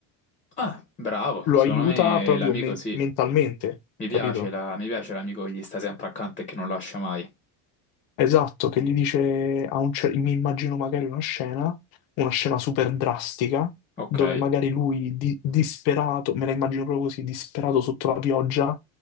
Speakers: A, on the left; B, on the left.
A: Ah, bravo,
B: lo
A: secondo
B: aiuta
A: me
B: proprio
A: l'amico
B: men-
A: sì.
B: mentalmente,
A: Mi
B: capito?
A: piace la- mi piace l'amico che gli sta sempre accanto e che non lascia mai.
B: Esatto, che gli dice, a un cer- mi immagino magari una scena, una scena super drastica,
A: Ok,
B: dove magari lui di- disperato, me la immagino proprio così, disperato sotto la pioggia,